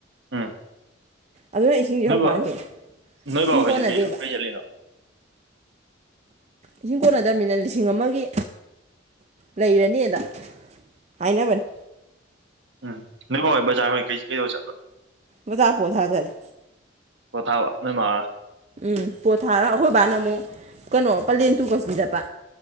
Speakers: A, on the right (about 60°); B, on the right (about 35°).
A: ꯎꯝ
B: ꯑꯗꯨꯅ ꯏꯁꯤꯡꯁꯦ
A: ꯅꯣꯏ
B: ꯍꯧꯀꯥꯟꯁꯤ
A: ꯕꯥ ꯅꯣꯏ
B: ꯏꯁꯤꯡ
A: ꯕꯥ ꯍꯣꯏꯁꯦ
B: ꯀꯣꯟꯅꯗꯦꯕ
A: ꯀꯩ ꯀꯩ ꯆꯠꯂꯤꯅꯣ
B: ꯏꯁꯤꯡ ꯀꯣꯟꯅꯗꯕꯅꯤꯅ ꯂꯤꯁꯤꯡ ꯑꯃꯒꯤ ꯂꯩꯔꯅꯤꯕ ꯍꯥꯏꯅꯕꯅꯤ
A: ꯎꯝ ꯅꯣꯏ ꯃꯥ ꯍꯣꯏ <unintelligible>
B: ꯕꯖꯥꯔ ꯄꯣꯠ ꯊꯥꯕ ꯆꯠꯂꯦ
A: ꯄꯣꯠꯊꯥꯕ ꯅꯣꯏ ꯃꯥꯅ
B: ꯎꯝ ꯄꯣꯠ ꯊꯥꯔꯒ ꯑꯩꯈꯣꯏ ꯕꯥꯅ ꯑꯃꯨꯛ ꯀꯩꯅꯣ ꯄꯂꯦꯟ ꯇꯨ ꯀꯛꯆꯤꯡ ꯆꯠꯄ